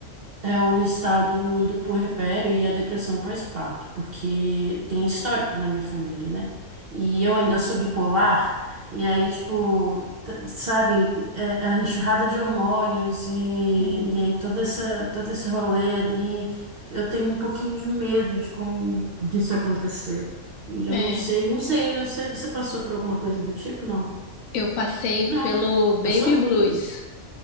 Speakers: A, on the right; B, on the left.
A: É o estado do puerpério e a depressão pós-parto, porque tem histórico na minha família, né? E eu ainda sou bipolar, e aí, tipo, t- sabe, é- é a enxurrada de hormônios e,
B: Hum.
A: e aí toda essa, todo esse rolê ali, eu tenho um pouquinho de medo de como disso acontecer. E eu
B: É,
A: não sei, não sei, você você passou por alguma coisa do tipo, não?
B: eu passei
A: Não,
B: pelo
A: né?
B: baby
A: Passou?
B: blues,